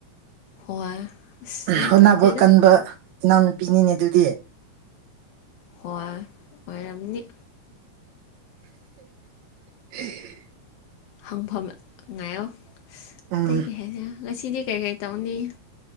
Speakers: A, on the left; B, on the right.
A: ꯍꯣꯏ ꯑꯁ ꯌꯥꯝ
B: ꯍꯣꯠꯅꯕ
A: ꯐꯠꯇꯦꯗ
B: ꯀꯟꯕ ꯏꯅꯥꯎꯅꯨꯄꯤꯅꯤꯅꯦ ꯑꯗꯨꯗꯤ
A: ꯍꯣꯏ ꯑꯣꯏꯔꯝꯅꯤ
B: <unintelligible>
A: ꯍꯪꯐꯝ ꯉꯥꯏꯣ
B: ꯎꯝ
A: ꯑꯇꯩ ꯀꯩ ꯍꯥꯏꯅꯤ ꯉꯁꯤꯗꯤ ꯀꯩꯀꯩ ꯇꯧꯅꯤ